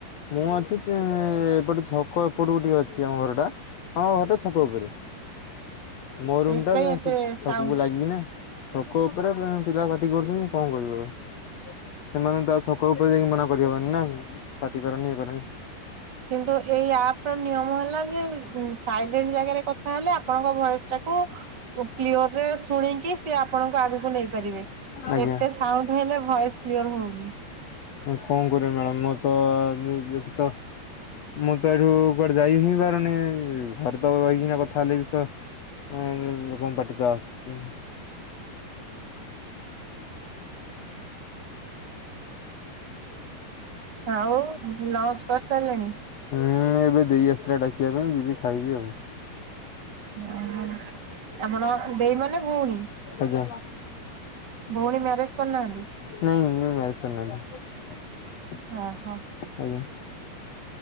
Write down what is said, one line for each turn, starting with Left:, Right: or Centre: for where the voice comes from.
Left: ମୁଁ ଅଛି ଏପଟେ ଛକ ଏପଟକୁ ଟିକେ ଅଛି, ଆମ ଘର ଟା ଆମ ଘରଟା ଛକ ଉପରେ। ମୋ
Right: ସେଇଥିପାଇଁ
Left: ରୁମ୍ ଟା ଯାଇଁ
Right: ଏତେ ସାଉଣ୍ଡ
Left: ଛକକୁ ଲାଗିକି ନା। ଛକ ଉପରେ ପିଲା ପାଟି କରୁଛନ୍ତି କଣ କରିବ ଆଉ। ସେମାନଙ୍କୁ ତ ଆଉ ଛକ ଉପରେ ଯାଇକି ମନା କରିହବନି ନା ପାଟି କରନି ଇଏ କରନି।
Right: କିନ୍ତୁ ଏଇ ଆପ୍ ର ନିୟମ ହେଲା ଜେ, ସାଇଲେଣ୍ଟ ଯାଗାରେ କଥା ହେଲେ ଆପଣଙ୍କ ଭଏସ ଟା ତାକୁ କ୍ଲିଅରରେ ଶୁଣିକି ସେ ଆପ୍ ଆପଣଙ୍କ ଆଗକୁ ନେଇ ପାରିବେ,
Left: ଆଜ୍ଞା।
Right: ଏତେ ସାଉଣ୍ଡ ହେଲେ ଭଏସ୍ କ୍ଲିୟର ହଉନି।
Left: କଣ କରିବି ମ୍ୟାଡାମ ମୁଁ ତ ଯେତେ ତ ମୁଁ ତ ଏଠୁ କୁଆଡେ ଯାଇଁ ହିଁ ପାରୁନି, ଘରେ ତ ରହିକିନା କଥା ହେଲେ କିଛି ତ ଆ ଲୋକଙ୍କ ପାଟିିତ ଆସୁଛି।
Right: ଆଉ ଲଞ୍ଚ କରିସାରିଲେଣି?
Left: ହୁଁ ଏବେ ଦେଇ ଆସିଥିଲା ଡାକିବା ପାଇଁ, ଯିବି ଖାଇବି ଆଉ।
Right: ହୁଁ ହୁଁ ଆପଣ ଦେଇ ମାନେ ଭଉଣୀ
Left: ଆଜ୍ଞା
Right: ଭଉଣୀ ମ୍ୟାରେଜ କରିନାହାନ୍ତି?
Left: <inaudible>
Right: ଓ ହୋ
Left: ଆଞ୍ଜା